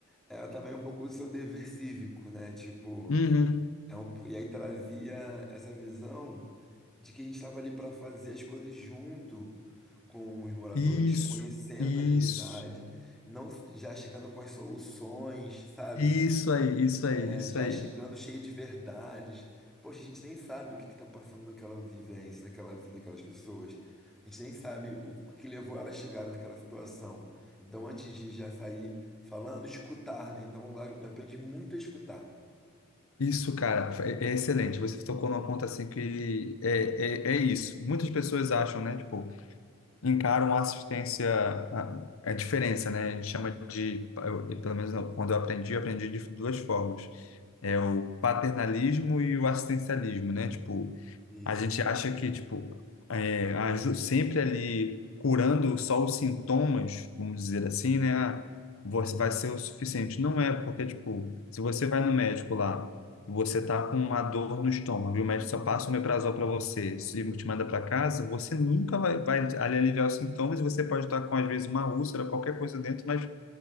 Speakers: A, in the centre; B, on the left.
A: é também um pouco do seu dever cívico, né? Tipo,
B: Uhum.
A: É um- e aí trazia essa visão de que a gente estava ali para fazer as coisas junto com os moradores,
B: Isso,
A: conhecendo
B: isso,
A: a realidade, não s- já chegando com as soluções, sabe?
B: isso aí, isso aí,
A: É,
B: isso
A: já
B: aí.
A: chegando cheio de verdades. Poxa, a gente nem sabe o que está passando naquela vivência, naquela vida daquelas pessoas. A gente nem sabe o que levou elas a chegarem naquela situação. Então, antes de já sair falando, escutar, né? Então, eu aprendi muito a escutar.
B: Isso, cara, é é excelente. Você tocou num ponto assim que é, é, é isso. Muitas pessoas acham, né? Tipo, encaram a assistência, a, a diferença, né? A gente chama de, eu- pelo menos quando eu aprendi, eu aprendi de duas formas. É o paternalismo e o assistencialismo, né? Tipo,
A: Isso.
B: a gente acha que, tipo, é, aju- sempre ali curando só os sintomas, vamos dizer assim, né? Ah, você vai ser o suficiente. Não é, porque, tipo, se você vai no médico lá e você tá com uma dor no estômago e o médico só passa um omeprazol para você e te manda para casa, você nunca vai, vai ali aliviar os sintomas e você pode estar com, às vezes, uma úlcera, qualquer coisa dentro, mas